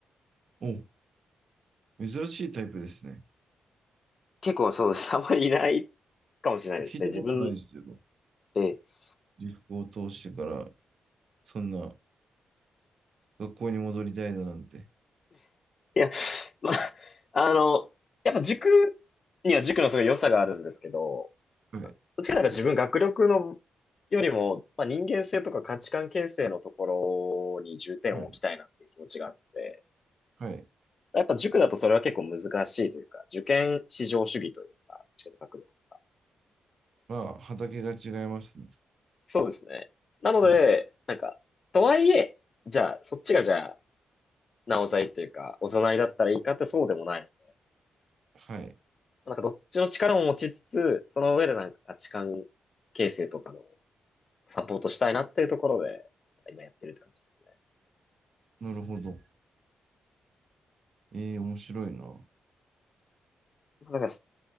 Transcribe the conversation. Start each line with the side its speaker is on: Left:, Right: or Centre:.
Right: お、珍しいタイプですね。
Left: 結構そうです。<laughs> あんまりいないかもしれないですね。
Right: 聞いたことないですよ。
Left: 自分、ええ。
Right: 塾を通してから、そんな学校に戻りたいだなんて。
Left: いや、まあ、あの、やっぱ塾には塾のすごい良さがあるんですけど、
Right: はい、
Left: どっちかというとな自分学力のよりも、まあ、人間性とか価値観形成のところに重点を置きたいなっていう気持ちがあって、
Right: はい、はい。
Left: やっぱ塾だとそれは結構難しいというか、受験至上主義というか、どっちかというと学力と
Right: まあ、畑が違いますね。
Left: そうですね。なので、
Right: はい、
Left: なんか、とはいえ、じゃあ、そっちがじゃあ、なおざいというか、おざなりだったらいいかってそうでもない。
Right: はい。
Left: なんかどっちの力も持ちつつ、その上でなんか価値観形成とかのサポートしたいなっていうところで、なんか今やってるって感じですね。
Right: なるほど。ええ、面白いな。
Left: なんか